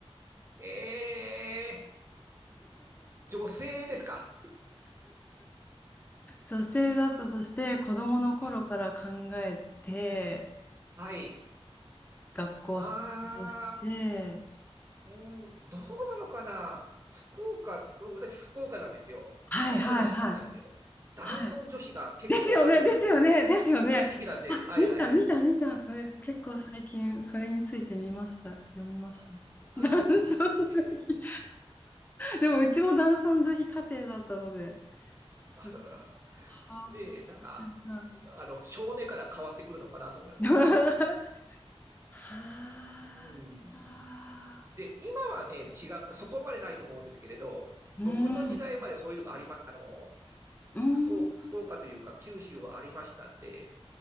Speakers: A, on the right (about 25°); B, on the left (about 15°).
A: えー、女性ですか。
B: 女性だったとして、子供の頃から考えて、
A: はい。はい。
B: 学校卒業して、
A: あー、うん、どうなのかな。福岡、僕私福岡なんですよ。
B: はいはいはい。
A: 福岡出身なんですよ。男尊女卑が結構ある
B: はい。ですよね、ですよね、ですよね。
A: う地域なんで、はいはいはい。
B: 見た、見た、見た。それ、結構最近、それについて見ました。読みました。
A: あで、
B: <laughs>
A: ある地域なんで、
B: 男尊女卑。でも、うちも男尊女卑家庭だったので、
A: <laughs>
B: すごい。はあ。
A: で、なんか、
B: はいは
A: あの、少年から変わってくるのかなと思いますね。
B: い <laughs> はあ。
A: うん。で、今はね、違う、そこまでないと思うんですけれど、
B: うん。
A: 僕の時代までそういうとこありま、あの、
B: うん。
A: 福岡、福岡というか九州はありましたんで、